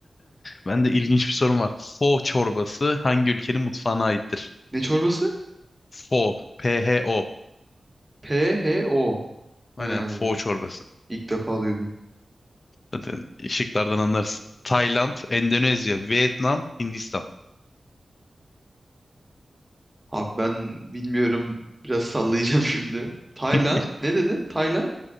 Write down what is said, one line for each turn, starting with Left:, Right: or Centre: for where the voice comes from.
Left: Ben de ilginç bir sorum var. Pho çorbası hangi ülkenin mutfağına aittir?
Right: Ne çorbası?
Left: Pho, P-H-O.
Right: PHO.
Left: Aynen
Right: Ha,
Left: pho çorbası.
Right: ilk defa duydum.
Left: Zaten şıklardan anlarsın. Tayland, Endonezya, Vietnam, Hindistan.
Right: Abi ben bilmiyorum. Biraz sallayacağım <laughs> şimdi. Tayland.
Left: <laughs>
Right: Ne dedin? Tayland?